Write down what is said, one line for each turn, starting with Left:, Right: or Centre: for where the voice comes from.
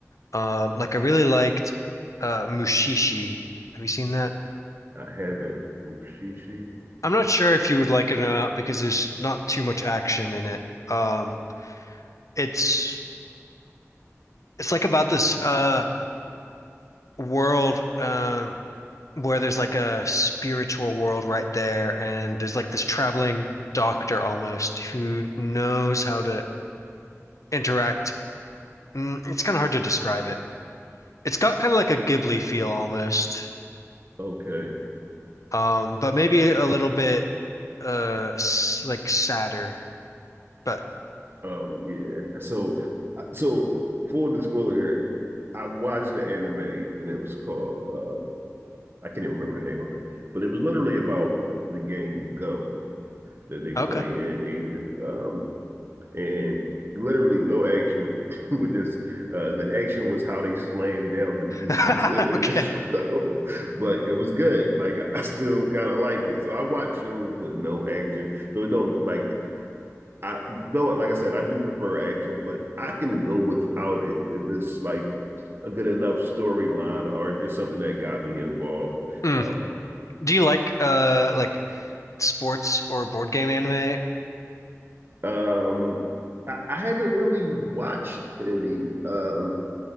Left: Um, like I really liked uh, Mushishi. Have you seen that?
Right: I haven't Mushishi.
Left: I'm not sure if you would like it or not because there's not too much action in it. Um, it's it's like about this uh, world um, where there's like a spiritual world right there, and there's like this traveling doctor almost who knows how to interact. Mm, it's kind of hard to describe it. It's got kind of like a Ghibli feel almost,
Right: Okay.
Left: um, but maybe a little bit uh s like sadder. But
Right: Oh yeah. So uh, so full disclosure, I watched the anime and it was called um I can't even remember the name of it, but it was literally about the game Go that they
Left: okay,
Right: play in Asia, um, and literally no action <laughs> with just uh, the action was how they slammed down the pieces
Left: <laughs>
Right: <laughs> in, in
Left: okay.
Right: the show <laughs> but it was good like i, I still kind of liked it so i watch shows with no action so it don't like i though like i said i do prefer action but i can go without it if it's like a good enough storyline or just something that got me involved
Left: Mm.
Right: um
Left: Do you like uh like sports or board game anime?
Right: Um, I, I haven't really watched any. Um,